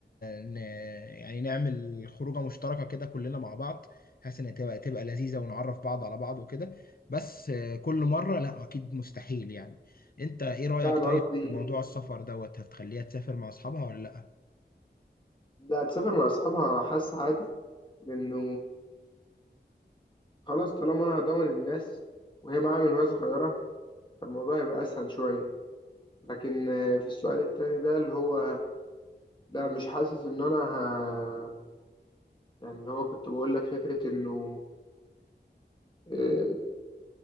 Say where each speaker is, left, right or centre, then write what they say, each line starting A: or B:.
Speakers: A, on the left; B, on the left.
A: ن... يعني نعمل خروجة مشتركة كده كلنا مع بعض بحيث ان تبقى تبقى لذيذة ونعرف بعض على بعض وكده بس آه، كل مرة لا اكيد مستحيل يعني انت ايه رأيك
B: لا انا
A: طيب
B: قصدي
A: في موضوع السفر دوت هتخليها تسافر مع اصحابها ولا لا
B: لا هتسافر مع اصحابها حاسس عادي لانه خلاص طالما انا هضمن الناس وهي معاها من وهي صغيرة فالموضوع هيبقى اسهل شوية لكن آه، في السؤال التاني ده اللي هو لا مش حاسس ان انا ه... يعني اللي هو كنت بقول لك فكرة انه آه،